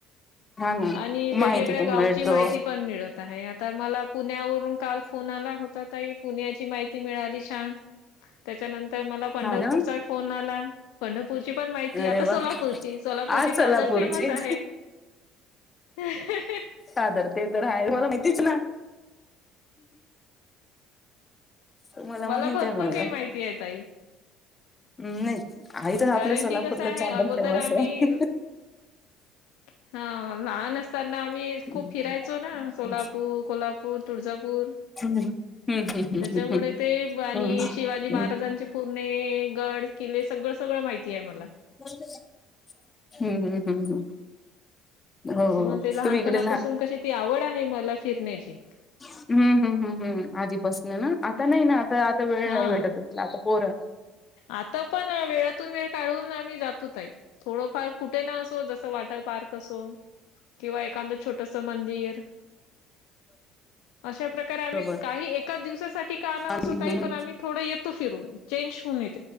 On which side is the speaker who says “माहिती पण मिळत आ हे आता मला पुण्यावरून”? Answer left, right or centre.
Left